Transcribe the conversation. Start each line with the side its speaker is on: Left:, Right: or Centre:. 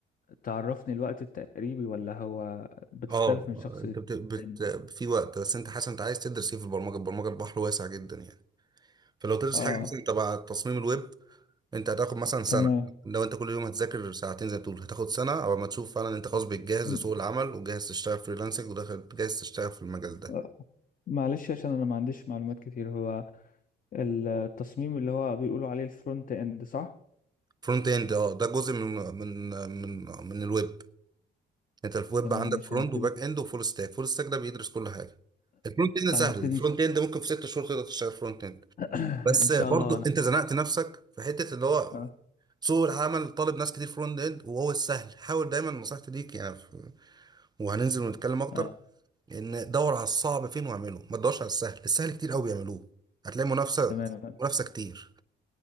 Left: تعرفني الوقت التقريبي ولا هو بتختلف
Right: اه
Left: من شخص
Right: انت
Left: للتاني
Right: بت... بت... في وقت بس انت حاسس انت عايز تدرس ايه في البرمجه البرمجه البحر واسع جدا يعني فلو تدرس
Left: اه
Right: حاجه مثلا تبع تصميم الويب انت هتاخد مثلا سنه
Left: تمام
Right: لو انت كل يوم هتذاكر ساعتين زي ما بتقول هتاخد سنه او ما تشوف فعلا انت خلاص بتجهز
Left: م-
Right: لسوق العمل وجاهز تشتغل فريلانسنج وداخل جاهز تشتغل في المجال ده
Left: آه، معلش عشان انا ما عنديش معلومات كتير هو التصميم اللي هو بيقولوا عليه الفرونت اند صح
Right: فرونت اند اه ده جزء من من من من الويب انت في ويب
Left: تمام
Right: عندك
Left: ماشي
Right: فرونت
Left: انا هبتدي
Right: وباك اند وفول ستاك فول ستاك ده بيدرس كل حاجه الفرونت اند سهل
Left: انا هبتدي
Right: الفرونت
Left: <clears throat>
Right: اند ممكن في ست شهور تقدر تشتغل فرونت اند
Left: <coughs>
Right: بس
Left: ان شاء
Right: برضو
Left: الله انا
Right: انت زنقت نفسك في حته اللي هو
Left: اه
Right: سوق العمل طالب ناس كتير فرونت اند وهو السهل حاول دايما نصيحتي ليك يعني في- وهننزل ونتكلم اكتر
Left: اه
Right: ان دور على الصعب فين واعمله ما تدورش على السهل السهل كتير قوي بيعملوه هتلاقي منافسه
Left: تمام
Right: منافسه كتير